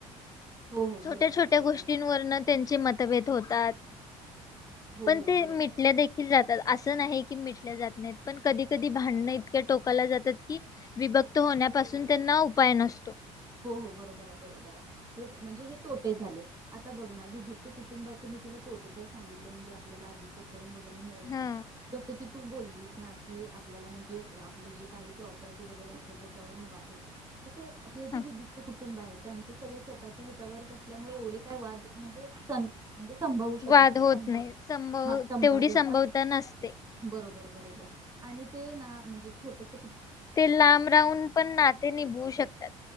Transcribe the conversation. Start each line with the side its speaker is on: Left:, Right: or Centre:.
Right: हो हो बरोबर
Left: छोट्या छोट्या
Right: आहे बरोबर
Left: गोष्टींवरन
Right: आहे
Left: त्यांचे मतभेद होतात.
Right: हो
Left: पण
Right: हो
Left: ते
Right: बरोबर
Left: मिटल्या
Right: आहे
Left: देखील जातात अस नाही कि मिटल्या जात नाहीत पण कधी कधी भांडणं इतक्या टोकाला जातात की विभक्त होण्यापासून त्यांना उपाय नसतो.
Right: हो हो बरोबर आहे बरोबर आहे हे म्हणजे हे तोटे झाले आता बघ ना विभक्त कुटुंबातील तिने तोटे तर सांगितले म्हणजे आपल्याला आजीच प्रेम वगैरे मिळत
Left: हा
Right: नाही जसं की तू बोललीस ना की आपल्याला म्हणजे आपले जे काही प्रॉपर्टी वगैरे असेल त्याच्यावरून वाद होेतात. कुठं. हे जे
Left: हा.
Right: विभक्त कुटुंब आहे, त्यांचं सगळं स्वतःच्या ह्याच्यावरच असल्यामुळे एवढे काय वाद म्हणजे स म्हणजे संभावू शकत
Left: वाद
Right: नाही
Left: होत
Right: संभाव्य
Left: संभव
Right: हा संभाव्यता
Left: तेवढी संभवता नसते.
Right: बरोबर. बरोबर आणि ते ना म्हणजे छोटसं.
Left: ते लाब राहून पण नाते निभवू शकतात